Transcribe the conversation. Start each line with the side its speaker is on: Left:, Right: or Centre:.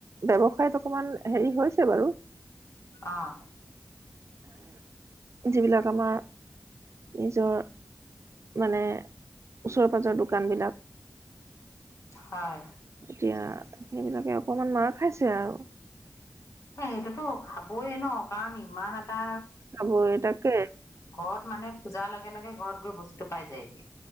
Right: ব্য্ৱসায়ত অকমান হেৰি হৈছে বাৰু
Left: অঁ
Right: যিবিলাক আমাৰ নিজৰ মানে ওচৰে পাজৰ দোকানবিলাক
Left: হয়
Right: এতিয়া সেইবিলাকে অকমান মাৰ খাইছে আৰু
Left: এ সেইটোতো খাবয়ই ন ক ইমান এটা
Right: খাবই তাকে
Left: ঘৰত মানে পূজাৰ লগে লগে ঘৰত গৈ বস্তুতটো পাই যায়গি